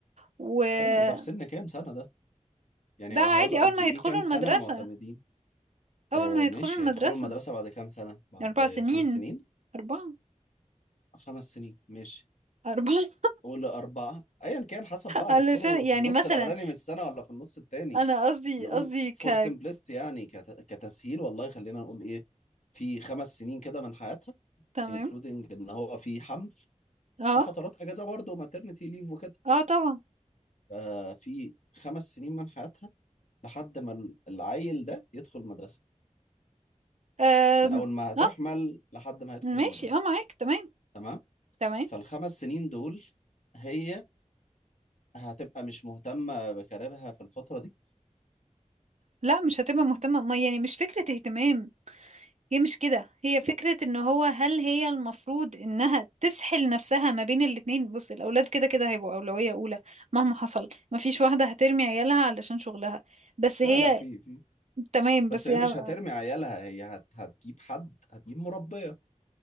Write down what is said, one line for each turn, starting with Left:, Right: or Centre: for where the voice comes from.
Right: وده
Left: حلو ده في سن كام سنة ده؟ يعني
Right: عادي
Left: بقى هيقعدوا
Right: أول
Left: قد
Right: ما
Left: إيه
Right: يدخلوا
Left: كام
Right: المدرسة
Left: سنة معتمدين؟
Right: أول
Left: آه
Right: ما يدخلوا
Left: ماشي
Right: المدرسة
Left: هيدخلوا المدرسة بعد كام سنة؟ بعد
Right: أربع سنين
Left: خمس سنين؟
Right: أربعة
Left: خمس سنين ماشي
Right: أربعة
Left: قول أربعة أيا كان حسب بقى
Right: علشان
Left: هيدخلوا في
Right: يعني
Left: النص
Right: مثلا
Left: الأولاني من السنة ولا في النص التاني
Right: انا قصدي
Left: نقول
Right: قصدي ك
Left: فور simplicity يعني كت- كتسهيل والله خلينا نقول إيه في خمس سنين كده من حياتها
Right: تمام
Left: including إن هو في حمل
Right: اه
Left: في فترات أجازة برضه maternity leave وكده
Right: اه طبعا
Left: ففي خمس سنين من حياتها لحد ما العيل ده يدخل المدرسة
Right: آم،
Left: من أول ما هتحمل
Right: اه
Left: لحد ما هيدخل
Right: ماشي
Left: المدرسة
Right: اه معاك تمام
Left: تمام؟
Right: تمام
Left: فالخمس سنين دول هي هتبقى مش مهتمة بكاريرها في الفترة دي
Right: لا مش هتبقى مهتمة ما يعني مش فكرة اهتمام هي مش كده هي فكرة ان هو هل هي المفروض انها تسحل نفسها ما بين الاتنين بص الاولاد كده كده هيبقوا اولوية اولى مهما حصل ما فيش واحدة هترمي عيالها علشان شغلها بس هي
Left: لا لا في في
Right: تمام بس
Left: بس هي
Right: هي
Left: مش
Right: <laughs>
Left: هترمي عيالها هي هت هتجيب حد هتجيب مربية